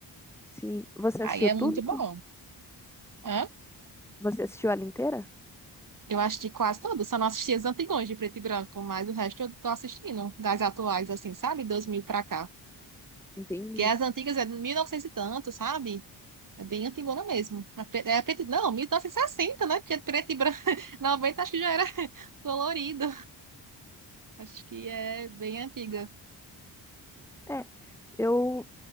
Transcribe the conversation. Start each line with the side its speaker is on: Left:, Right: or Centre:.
Centre: Sim. Você
Right: Aí
Centre: assistiu
Right: é
Centre: tudo?
Right: muito bom. Hã?
Centre: Você assistiu ela inteira?
Right: Eu assisti quase todas, só não assisti as antigões de preto e branco, mas o resto eu tô assistindo, das atuais, assim, sabe? dois mil pra cá.
Centre: Entendi.
Right: Porque as antigas é de 1900 e novecentos e tanto, sabe? É bem antigona mesmo. É pre- é preto, não, 1960, né? Porque preto e branco, <laughs> 90 acho que já era <laughs> colorido. Acho que é bem antiga.
Centre: É, eu